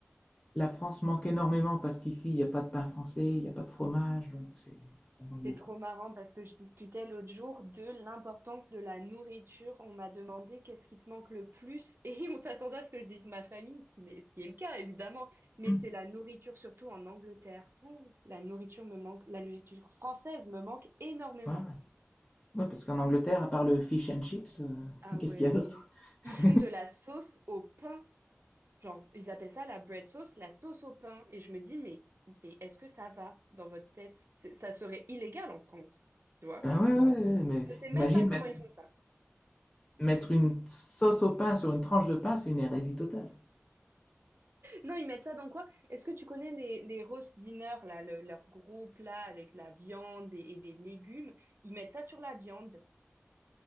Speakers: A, on the left (about 25°); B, on the right (about 55°).
A: La France manque énormément parce qu'ici, il n'y a pas de pain français, il n'y a pas de fromage, donc c'est, ça manque beaucoup.
B: C'est trop marrant parce que je discutais l'autre jour de l'importance de la nourriture. On m'a demandé qu'est-ce qui te manque le plus et <laughs> on s'attendait à ce que je dise ma famille, ce qui n'est- ce qui est le cas évidemment, mais
A: Hum,
B: c'est la nourriture surtout en Angleterre. Mmh. La nourriture me manque, la nourriture française me manque énormément.
A: ouais, ouais. Ouais, parce qu'en Angleterre, à part le fish and chips, euh, <laughs>
B: Ah
A: qu'est-ce
B: ouais,
A: qu'il y a
B: non
A: d'autre?
B: mais ils
A: <laughs>
B: font de la sauce au pain, genre ils appellent ça la bread sauce, la sauce au pain et je me dis mais, mais est-ce que ça va dans votre tête? C'est- Ça serait illégal en France, tu vois?
A: Ah ouais, ouais, ouais, ouais, mais
B: Je sais même
A: imagine
B: pas comment
A: mettre,
B: ils font ça.
A: mettre une sauce au pain sur une tranche de pain, c'est une hérésie totale.
B: Non, ils mettent ça dans quoi? Est-ce que tu connais les, les roast dinner, là, le- leur gros plat avec la viande et, et des légumes? Ils mettent ça sur la viande.